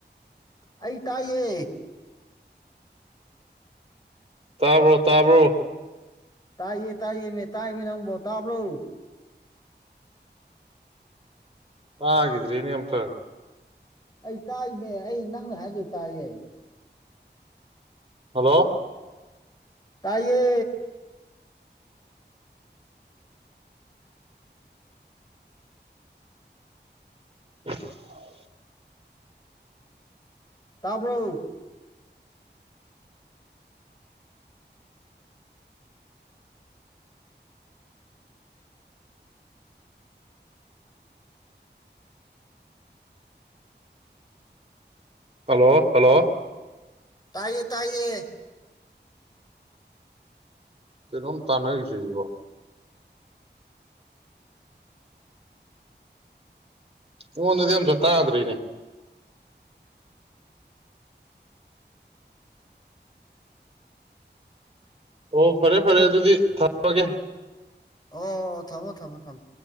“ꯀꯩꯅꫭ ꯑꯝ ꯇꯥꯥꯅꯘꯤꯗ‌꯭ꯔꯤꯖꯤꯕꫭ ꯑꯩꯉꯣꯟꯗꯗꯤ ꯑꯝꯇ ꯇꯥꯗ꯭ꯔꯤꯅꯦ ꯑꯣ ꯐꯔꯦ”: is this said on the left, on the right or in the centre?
Right